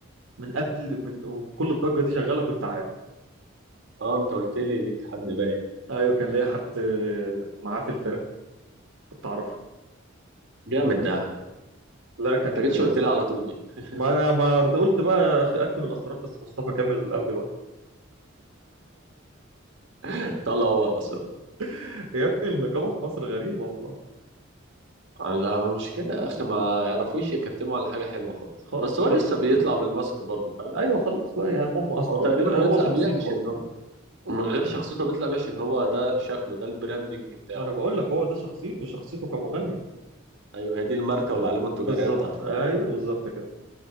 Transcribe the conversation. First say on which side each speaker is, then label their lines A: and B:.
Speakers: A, on the right; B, on the right.
A: من قبل من وكل الضجه دي شغاله كنت عارف
B: اه انت قلت لي ليك حد باين
A: ايوه كان ليا حد معاه في الفرقه كنت اعرفه
B: جامد ده يا عم
A: لا كان
B: انت جيتش قلت لي على طول ليه
A: ما انا ما رد- قلت بقى أخ- اكتم الاسرار بس مصطفى كامل قام بالواجب
B: <laughs> طلع هو الأسرع
A: <laughs> يا ابني النقابه في مصر غريبه والله
B: لا مشكلة يا أخي ما يعرفوش يكتموا على حاجة حلوة خالص
A: خالص
B: بس هو
A: طب
B: لسه بيطلع بالماسك برضه فاهم
A: ايوه خلاص بقى يعني مم اصل
B: هو تقريبا
A: ممكن
B: بيطلع
A: هو شخصيته
B: بيه عشان
A: بقى
B: هو من غير شخصيته بيطلع بيه عشان هو ده شكله ده البراندنج بتاعه
A: ما انا بقول لك هو ده شخصيته شخصيته كمغني
B: أيوه هي دي الماركة والعلامة التجارية
A: بالظبط
B: بتاعته
A: ايوه
B: فاهم
A: بالظبط كده